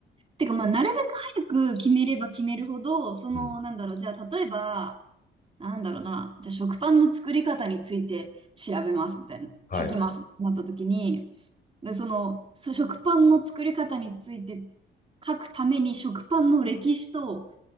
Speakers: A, on the right; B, on the left.
A: てか、まあ、なるべく早く決めれば決めるほど、その、
B: うん。
A: なんだろう、じゃあ、例えば、なんだろうな、じゃあ食パンの作り方について調べますみたいな、
B: はい。
A: 書きますってなった時に、でそのそ食パンの作り方について書くために食パンの歴史と、